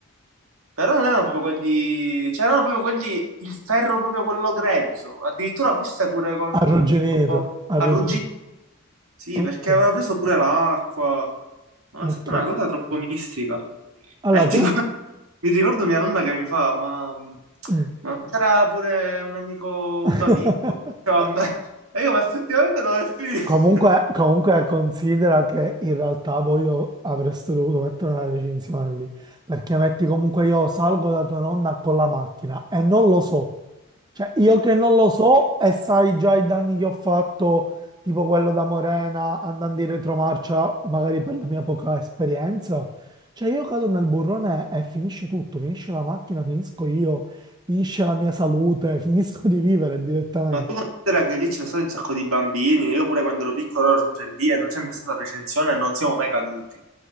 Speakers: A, on the right (about 70°); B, on the right (about 20°).
A: Però non erano proprio quelli, c'erano proprio quelli, il ferro proprio quello grezzo, addirittura forse pure con,
B: Arrugginito,
A: tipo,
B: arrugginito.
A: arrugginito. Sì,
B: Ok,
A: perché aveva preso pure l'acqua. Ma
B: ok.
A: è stata una cosa troppo mistica.
B: Allora,
A: E tipo,
B: tu...
A: <laughs> mi ricordo mia nonna che mi fa, ma, ma
B: mm.
A: non c'era pure un amico,
B: <laughs>
A: un tuo amico? Cioè, a me- E io, ma effettivamente non è finito.
B: Comunque,
A: <laughs>
B: comunque considera che in realtà voi do- avreste dovuto mettere una recinzione lì, perché metti comunque io salgo da tua nonna con la macchina e non lo so, Cioè, io che non lo so e sai già i danni che ho fatto, tipo quello da Morena, andando in retromarcia, magari per la mia poca esperienza. Cioè, io cado nel burrone e finisce tutto, finisce la macchina, finisco io, finisce la mia salute, <laughs> finisco di vivere direttamente.
A: Ma tu considera che lì ci sono stati un sacco di bambini, io pure quando ero piccolo ero sempre lì e non c'è mai stata recensione e non siamo mai caduti.